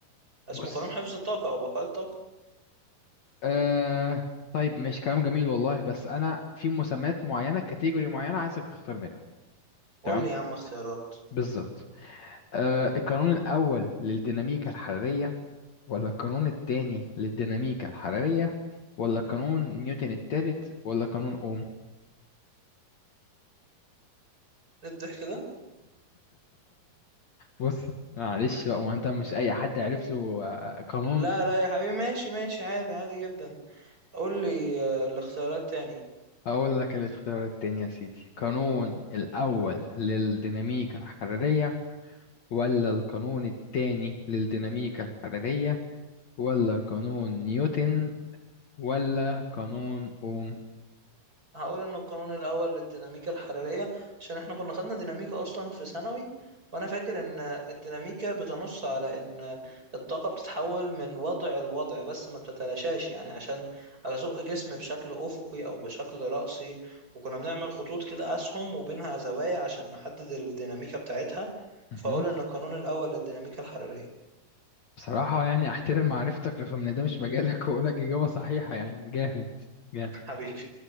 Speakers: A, on the right; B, on the left.
A: اسمه
B: بص
A: قانون حفظ الطاقه او بقاء الطاقه
B: أه... طيب ماشي كلام جميل والله بس انا في مسميات معينه كاتيجوري معينه عايزك تختار منها
A: قول
B: تمام
A: لي يا عم اختيارات
B: بالظبط أه... القانون الاول للديناميكا الحراريه ولا القانون التاني للديناميكا الحرارية ولا قانون نيوتن التالت ولا قانون أوم
A: ايه الضحك ده
B: بص معلش بقى ما انت مش اي حد عرف له آه، قانون
A: لا
B: ف...
A: لا يا حبيبي ماشي ماشي عادي عادي جدا قول لي آه، الاختيارات تاني
B: اقول لك الاختيار التاني يا سيدي قانون الاول للديناميكا الحرارية ولا القانون التاني للديناميكا الحرارية ولا قانون نيوتن ولا قانون اوم
A: هقول ان القانون الاول للديناميكا الحرارية عشان احنا كنا خدنا ديناميكا اصلا في ثانوي وانا فاكر ان الديناميكا بتنص على ان الطاقة بتتحول من وضع لوضع بس ما بتتلاشاش يعني عشان ازق جسم بشكل افقي او بشكل رأسي وكنا بنعمل خطوط كده اسهم وبينها زوايا عشان نحدد الديناميكا بتاعتها
B: مهم.
A: فاقول ان القانون الاول للديناميكا الحرارية
B: بصراحة يعني احترم معرفتك رغم ان ده مش مجالك واقول لك اجابة صحيحة يعني جامد جامد
A: <laughs> حبيبي